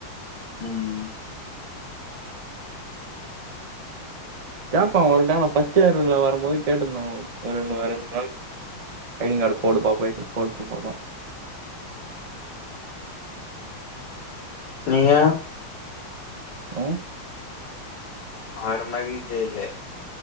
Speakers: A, on the left (about 55°); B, on the right (about 50°).
A: உம்
B: கேட்பா ஒரு டைம் நா ஃபஸ்ட்டு இயர்ல வருபோது கேட்டிருந்தாங்க ஒ ஒரு ரெண்டு மூனு நாளைக்கி ஐடிங் கார்டு போடு பாப்பே போட்டு பாப்பான்
A: நீங்க
B: உம்
A: அவரு மாரி தெர்லே